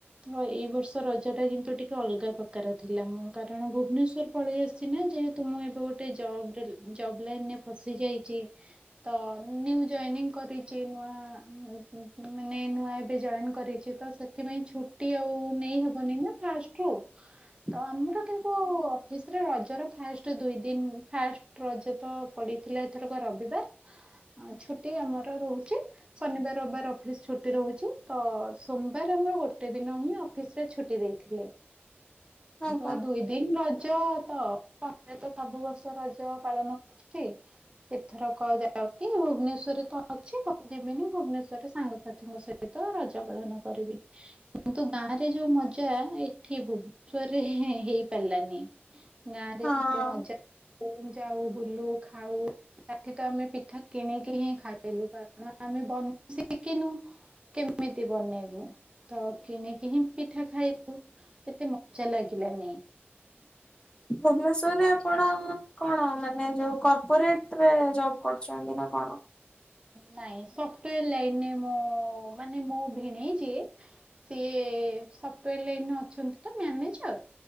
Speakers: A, on the right (about 25°); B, on the left (about 20°).
A: ହଁ ଏଇ ବର୍ଷ ରଜା ଟା କିନ୍ତୁ ଟିକେ ଅଲଗା ପ୍ରକାର ଥିଲା, ମୁଁ କାରଣ ଭୁବନେଶ୍ୱର ପଳେଇ ଆସିଛି ନା, ଯେହେତୁ ମୁଁ ଏବେ ଗୋଟେ ଜବରେ ଜବ୍ ଲାଇନରେ ପଶିଯାଇଛି। ତ ନ୍ୟୁ ଜଏନିଂ କରିଛି, ନୂଆ ଉ ଉ ମାନେ ନୂଆ ଏବେ ଜଏନ୍ କରିଛି ତ ସେ ସେଥିପାଇଁ ଛୁଟି ଆଉ ନେଇହବନି ନା ଫାଷ୍ଟରୁ।
B: <inaudible>
A: ତ ଆମର କିନ୍ତୁ ସିରେ ରଜର ଫାଷ୍ଟ ଦୁଇ ଦିନ ଫାଷ୍ଟ ରଜ ତ ପଡିଥିଲା ଏଥରକ ରବିବାର। ହଁ ଛୁଟି ଆମର ରହୁଛି। ଶନିବାର, ରବିବାର ଅଫିସ ଛୁଟି ରହୁଛି ତ, ସୋମବାର ଆମର ଗୋଟେ ଦିନ ହିଁ ଅଫିସ। ସେ ଛୁଟି ଦେଇଥିଲେ।
B: <inaudible>
A: ଦ
B: କା
A: ଦୁଇ ଦିନ ରଜ। ତ ସବୁ ବର୍ଷ ରଜ ପାଳନ କରିଛି ଏଥର କ ଯ କି ଭୁବନେଶ୍ଵରରେ ତ ଅଛି, ଘରୁ ଯିବିନି, ଭୁବନେଶ୍ଵରରେ ସାଙ୍ଗସାଥିୀଙ୍କ ସହିତ ରଜ ପାଳନ କରିବି। କିନ୍ତୁ ଗାଁ ରେ ଯୋଉ ମଜା, ଏଠି ଭୁବନେଶ୍ଵରରେ ହେ ହେଇପାରିଲାନି। ଗାଁ ରେ
B: ହଁ
A: ଏତେ ମଜା ଯାଉ, ବୁଲୁ, ଖାଉ ଏଠି ତ ଆମେ କିଣିକି ହିଁ ଖାଇଲୁ, କାରଣ ଆମେ ବନେଇ ଶିଖିନୁ। କେମିତି ବନେଇବୁ? ତ କିଣିକି ହିଁ ପିଠା ଖାଇବୁ। ଏତେ ମଜା ଲାଗିଲାନାଇଁ।
B: ଭୁବନେଶ୍ୱରରେ କଣ, କଣ, ମାନେ ଯୋଉ କର୍ପୋରେଟ ରେ ଜବ୍ କରୁଛନ୍ତି ନା କଣ?
A: ନାଇଁ ସଫ୍ଟୱେର ଲାଇନରେ ମୁଁ ମାନେ ମୋ ଭିଣେଇ ଯିଏ ସିଏ ସଫ୍ଟୱେର ଲାଇନରେ ଅଛନ୍ତି ତ ମ୍ୟାନେଜର,